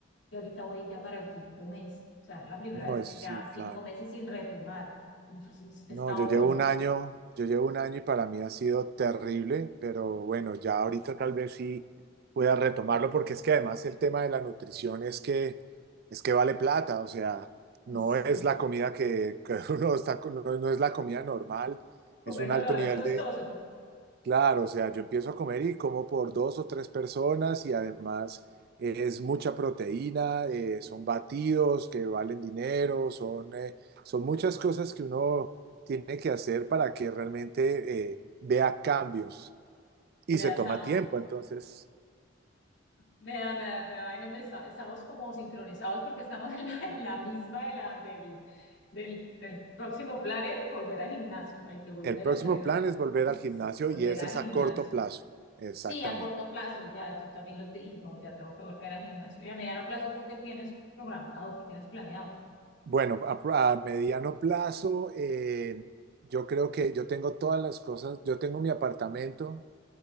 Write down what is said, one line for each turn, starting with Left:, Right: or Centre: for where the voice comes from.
Left: Yo ahorita voy ya para el quinto mes, o sea, la primera
Right: no,
Left: vez
Right: es
Left: que ya
Right: sí,
Left: cinco
Right: claro.
Left: meses sin retomar. Entonces
Right: No,
Left: he estado
Right: yo llevo
Left: con
Right: un año, yo llevo un año y para mí ha sido terrible, pero bueno, ya ahorita tal vez sí pueda retomarlo, porque es que además el tema de la nutrición es que es que vale plata, o sea, no
Left: <laughs>
Right: es
Left: sí,
Right: la comida que, que <laughs> uno está, con- no, no es la comida normal,
Left: comer
Right: es un
Left: saludable
Right: alto nivel
Left: es costoso.
Right: Claro, o sea, yo empiezo a comer y como por dos o tres personas y además eh, es mucha proteína, eh, son batidos que valen dinero, son, eh, son muchas cosas que uno tiene que hacer para que realmente eh, vea cambios y
Left: Me
Right: se
Left: da,
Right: toma
Left: estamos,
Right: tiempo. Entonces,
Left: me da, me da, me da vaina, me está- estamos como sincronizados porque estamos en la, en la misma de la, del, del, del próximo plan es volver al gimnasio. Hay que volver
Right: el próximo
Left: a entrenar,
Right: plan es volver
Left: es
Right: al gimnasio
Left: volver
Right: y ese
Left: al
Right: es
Left: gimnasio.
Right: a corto plazo, exactamente.
Left: Sí, a corto plazo, ya yo también lo te dije, no, ya tengo que volver al gimnasio. Y a mediano plazo, ¿tú qué tienes programado, qué tienes planeado?
Right: Bueno, a, a mediano plazo, eh, yo creo que yo tengo todas las cosas, yo tengo mi apartamento